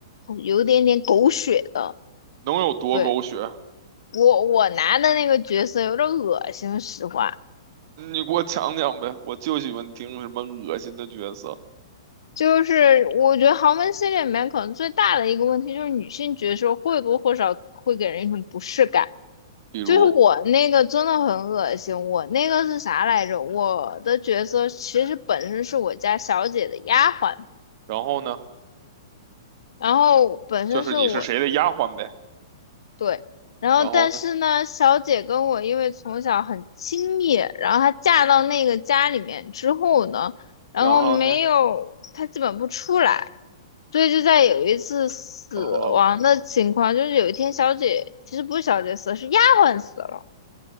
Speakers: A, on the left; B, on the right.
A: 有点点狗血的。
B: 能有多狗血？
A: 对，我我拿的那个角色有点恶心，实话
B: 你给我讲讲呗，我就喜欢听什么恶心的角色，
A: 就是我觉得豪门系列里面可能最大的一个问题就是女性角色或多或少会给人一种不适感。
B: 比如，
A: 就是我那个真的很恶心，我那个是啥来着？我的角色其实本身是我家小姐的丫鬟。
B: 然后呢，
A: 然后本身是我
B: 就是你是谁的丫鬟呗，
A: 对，然后但是呢，
B: 然后呢，
A: 小姐跟我因为从小很亲密，然后她嫁到那个家里面之后呢，然后没有，
B: 然后呢，
A: 她基本不出来，所以就在有一次死亡的情况，
B: 哦，
A: 就是有一天小姐其实不是小姐死了，是丫鬟死了，